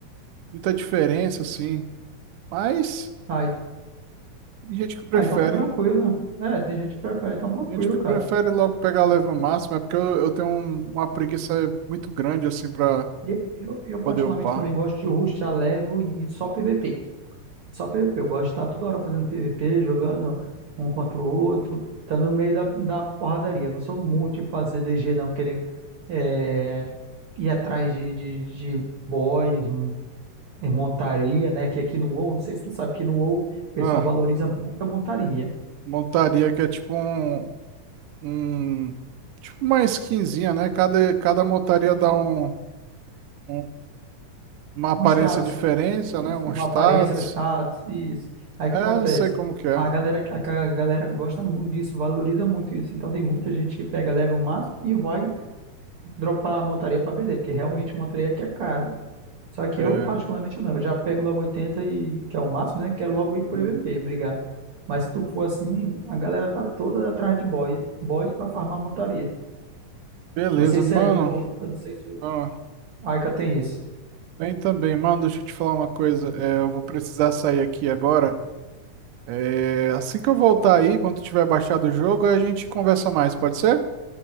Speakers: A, on the right; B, on the right.
A: muita diferença, assim. Mas
B: Ah,
A: tem gente que prefere.
B: Ah, então tá tranquilo. É, tem gente que prefere, então tranquilo,
A: Tem gente que
B: cara.
A: prefere logo pegar level máximo, é porque eu, eu tenho um- uma preguiça muito grande, assim, pra
B: E Eu, eu, eu particularmente
A: poder upar.
B: também gosto de rushar level e só PVP. Só PVP. Eu gosto de estar toda hora fazendo PVP, jogando um contra o outro, tá no meio da, da porradaria. Eu não sou muito de fazer DG, não, querer é, ir atrás de, de, de boys, hum, é, montaria, né? Que aqui no WoW, não sei se tu sabe, que no WoW o pessoal
A: Ah,
B: valoriza muito a montaria.
A: montaria que é tipo um, um- tipo uma skinzinha, né? Cada, cada montaria dá um, um- uma aparência
B: Um status,
A: diferente,
B: isso,
A: né? Um
B: uma
A: status.
B: aparência, um status, isso. Aí o
A: É,
B: que acontece?
A: eu sei como que é.
B: A galera, a, ca- a galera gosta muito disso, valoriza muito isso. Então tem muita gente que pega level máximo e vai dropar a montaria para vender, porque realmente montaria que é cara. Só que
A: É.
B: eu, particularmente, não. Eu já pego logo 80 e que é o máximo, né? Quero logo ir pro
A: Uhum.
B: E V P brigar. Mas se tu for assim, a galera tá toda atrás de boy, boys para farmar montaria.
A: Beleza,
B: Não sei se
A: mano.
B: aí no, eu não sei se o
A: Ó,
B: Aika tem isso.
A: bem também, mano. Deixa eu te falar uma coisa. É, eu vou precisar sair aqui agora. É, assim que eu voltar aí, quando tiver baixado o jogo, a gente conversa mais, pode ser?